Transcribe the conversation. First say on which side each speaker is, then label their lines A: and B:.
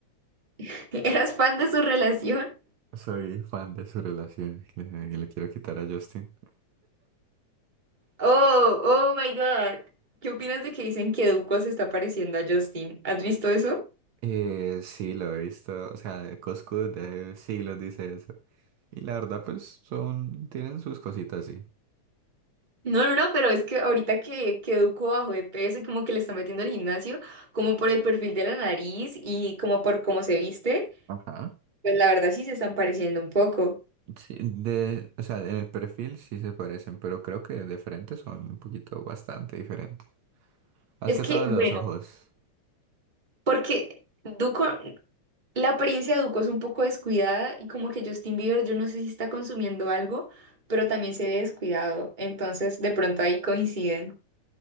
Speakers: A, on the right (about 15°); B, on the right (about 70°).
A: <laughs> ¿Eras fan de su relación?
B: Soy fan de su relación, le, le quiero quitar a Justin.
A: Oh, oh my God. ¿Qué opinas de que dicen que Duco se está pareciendo a Justin? ¿Has visto eso?
B: Eh, sí, lo he visto, o sea, Coscu de siglos dice eso. Y la verdad, pues, son, tienen sus cositas, sí.
A: No, no, no, pero es que ahorita que, que Duco bajó de peso y como que le está metiendo al gimnasio, como por el perfil de la nariz y como por cómo se viste,
B: Ajá.
A: pues la verdad sí se están pareciendo un poco.
B: Sí, de, o sea, en el perfil sí se parecen, pero creo que de frente son un poquito bastante diferentes. Más
A: Es
B: que
A: que,
B: todo los
A: bueno,
B: ojos.
A: porque Duco, la apariencia de Duco es un poco descuidada y como que Justin Bieber, yo no sé si está consumiendo algo, pero también se ve descuidado. Entonces, de pronto ahí coinciden.